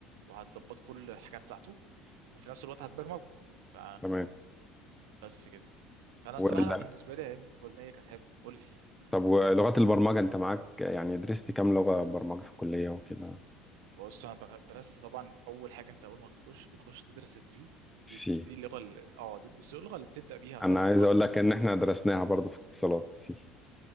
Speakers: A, on the right; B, in the centre.
A: وهتظبط كل الحاجه بتاعته وفي نفس الوقت هتبرمجه ف
B: تمام
A: بس كده فانا
B: ولا
A: الصراحه لا بالنسبه لي ايام الكليه كانت حلوه قول لي
B: طب ولغات البرمجه انت معاك يعني درست كام لغه برمجه في الكليه وكده
A: بص انا دغ- درست طبعا اول حاجه انت اول ما تخش بتخش تدرس السي دي
B: سي
A: دي اللغه ال- اه دي الس- اللغه اللي بتبدا بيها وتفهم
B: انا عايز
A: اصلا
B: اقول لك ان احنا درسناها برضو في اتصالات سي